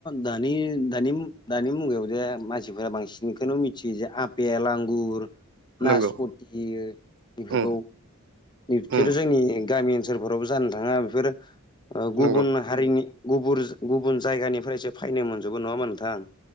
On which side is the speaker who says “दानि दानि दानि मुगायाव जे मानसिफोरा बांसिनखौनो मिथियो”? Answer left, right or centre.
Left